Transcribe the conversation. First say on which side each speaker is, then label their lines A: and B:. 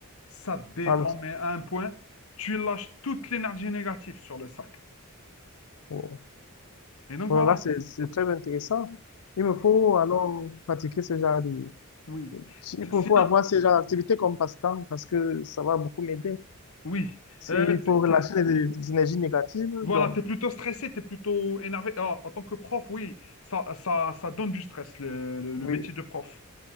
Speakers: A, on the left; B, on the left.
A: Ça te détend,
B: Voilà.
A: mais à un point, tu lâches toute l'énergie négative sur le sac.
B: Oh.
A: Et donc
B: Voilà,
A: voilà,
B: là, c'est c'est très intéressant. Il me
A: oui,
B: faut alors pratiquer ce genre de...
A: oui.
B: Il
A: T-
B: faut,
A: Sinon,
B: faut avoir ce genre d'activité comme passe-temps parce que ça va beaucoup m'aider.
A: oui.
B: S'il
A: Euh, t-
B: faut
A: t-
B: relâcher les les énergies négatives,
A: voilà,
B: donc
A: tu es plutôt stressé, tu es plutôt énervé. Ah, en tant que prof, oui, ça, ça, ça donne du stress, le, le- le
B: oui.
A: métier de prof.